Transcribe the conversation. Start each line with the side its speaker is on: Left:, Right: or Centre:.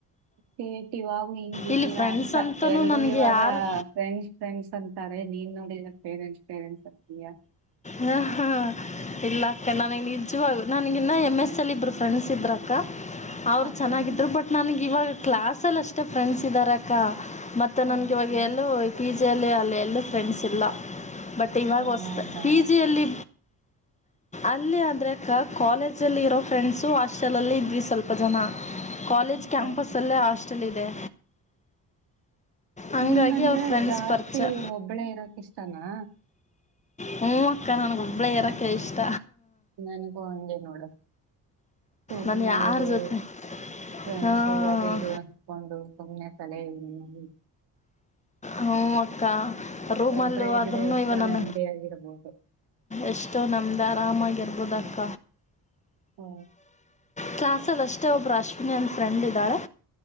Right: <unintelligible> ಇವಾಗ್ಲೂ ಹಿಂಗಿದ್ದೀರಾ
Left: ಇಲ್ಲಿ ಫ್ರೆಂಡ್ಸ್
Right: ಅಂತ
Left: ಅಂತಲೂ
Right: ಎಲ್ರೂ
Left: ನನಗೆ
Right: ಇವಾಗ
Left: ಯಾರು
Right: ಫ್ರೆಂಡ್ಸ್ ಫ್ರೆಂಡ್ಸ್ ಅಂತಾರೆ ನೀನು ಪೇರೆಂಟ್ಸ್ ಪೇರೆಂಟ್ಸ್ ಅಂತಿಯ
Left: ಹಾ ಹಾ ಇಲ್ಲ ಅಕ್ಕ. ನನಿಗ್ ನಿಜವಾಗೂ ನನಗಿನ್ನ ಎಮ ಎಸ್ ಅಲ್ಲಿ ಇಬ್ರು ಫ್ರೆಂಡ್ಸ್ ಇದ್ರು ಅಕ್ಕ ಅವರು
Right: ಓಕೆ
Left: ಚೆನ್ನಾಗಿದ್ರು ಬಟ್ ನನ್ಗೆ ಇವಾಗ ಕ್ಲಾಸ್ ಅಲ್ಲಿ ಅಷ್ಟೇ ಫ್ರೆಂಡ್ಸ್ ಇದ್ದಾರಕ್ಕ ಮತ್ತೆ
Right: ಓಕೆ
Left: ನನ್ಗಿವಾಗ ಎಲ್ಲೂ <unintelligible> ಅಲ್ಲಿ ಎಲ್ಲ ಫ್ರೆಂಡ್ಸ್ ಇಲ್ಲ ಬಟ್ ಇವಾಗ
Right: ಓ
Left: ಹೊಸ್
Right: ಹೌದಾ
Left: ಪೀಜಿಯಲ್ಲಿ ಅಲ್ಲಿ ಅಂದ್ರೆ ಅಕ್ಕ, ಕಾಲೇಜಲ್ಲಿ ಇರೋ ಫ್ರೆಂಡ್ಸು ಹಾಸ್ಟೆಲಲ್ಲಿ ಇದ್ವಿ ಸ್ವಲ್ಪ ಜನ ಕಾಲೇಜ್
Right: ಓಕೆ
Left: ಕ್ಯಾಂಪಸ್ಲ್ಲೇ ಅಲ್ಲೆ ಅಷ್ಟ್ ಲ್ಲ ಇದೆ ಹಂಗಾಗಿ
Right: ನಿಂಗಂದ್ರೆ
Left: ಅವ್ರ ಫ್ರೆಂಡ್ಸ್
Right: ಜಾಸ್ತಿ
Left: ಪರಿಚಯ
Right: ಒಬ್ಬಳೆ ಇರಕ್ ಇಷ್ಟನಾ?
Left: ಹೂ ಅಕ್ಕ ನನಗ್ ಒಬ್ಬಳೆ ಇರಕ್ಕೆ ಇಷ್ಟ.
Right: ನನಗೂ ಹಂಗೆ ನೋಡು ಸುಮ್ನೆ
Left: ನಾನು ಯಾರ
Right: ಇದು,
Left: ಜೊತೆ
Right: ಫ್ರೆಂಡ್ಸೂ
Left: ಹಾಂ
Right: ಅದು ಇದು ಅನ್ಕೊಂಡು ಸುಮ್ಮನೆ ತಲೆ ಹ್ಮ್ ಹ್ಮ
Left: ಹೂ ಅಕ್ಕ. ರೂಮ್
Right: ಒಬ್ರೇ
Left: ಅಲ್ಲಿ
Right: ಇದ್ರೆ
Left: ಆದ್ರೂನು
Right: ಎಷ್ಟೋ
Left: ಇವ ನನ್
Right: ನೆಮ್ಮದಿಯಾಗಿರ್ಬೋದು
Left: ಎಷ್ಟೋ ನಮ್ದ <unintelligible> ಆರಾಮಾಗಿರ್ಬೋಧ್ ಅಕ್ಕ
Right: ಹ್ಮ
Left: ಕ್ಲಾಸ್ ಅಲ್ಲಿ ಅಷ್ಟೇ ಒಬ್ರು ಅಶ್ವಿನಿ ಅಂತ ಫ್ರೆಂಡ್ ಇದಾಳೆ